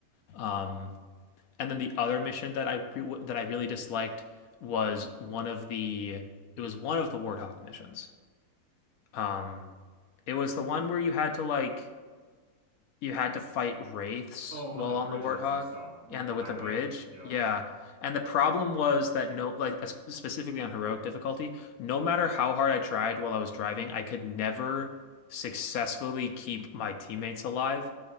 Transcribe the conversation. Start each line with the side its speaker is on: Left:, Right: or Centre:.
Left: Um And then the other mission that I re that I really disliked was one of the it was one of the Warthog missions. Um, it was the one where you had to like you had to fight wraiths
Right: Oh,
Left: while
Right: on the bridges
Left: on the Warthog
Right: and stuff, like
Left: and
Right: the
Left: the
Right: highway.
Left: with the bridge.
Right: Yeah.
Left: Yeah. And the problem was that no like uh, specifically on heroic difficulty, no matter how hard I tried while I was driving, I could never successfully keep my teammates alive